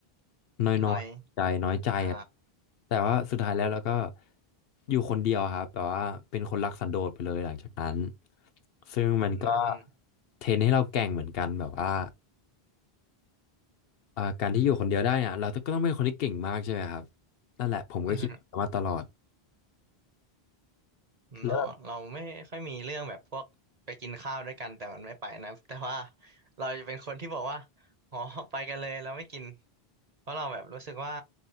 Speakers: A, on the left; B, on the right.
A: น้อยน้อยใจน้อยใจอะ
B: หน่อยอ่า
A: แต่ว่าสุดท้ายแล้วเราก็อยู่คนเดียวครับแต่ว่าเป็นคนรักสันโดษไปเลยหลังจากนั้นซึ่งมันก็
B: อืมอืม
A: เทรนให้เราแกร่งเหมือนกันแบบว่าอ่าการที่อยู่คนเดียวได้เนี่ยเราก็ต้องเป็นคนที่เก่งมากใช่ไหมครับนั่นแหละผมก็คิดแบบนั้นมาตลอด
B: อืม เราเราไม่ค่อยมีเรื่องแบบพวกไปกินข้าวด้วยกันแต่มันไม่ไปนะ
A: แล้วแบบ
B: <laughs> แต่ว่าเราจะเป็นคนที่บอกว่าอ๋อไปกันเลยเราไม่กินเพราะเราแบบรู้สึกว่า